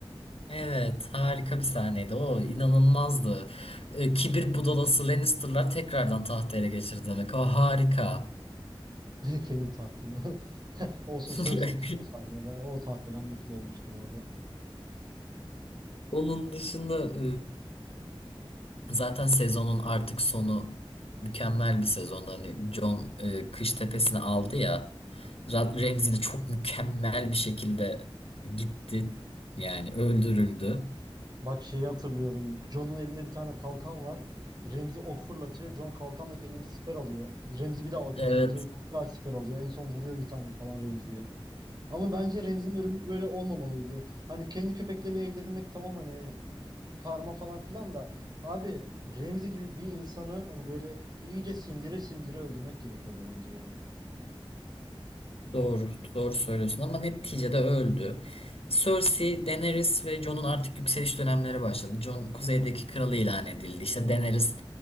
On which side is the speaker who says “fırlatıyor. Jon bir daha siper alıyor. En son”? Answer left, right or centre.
Right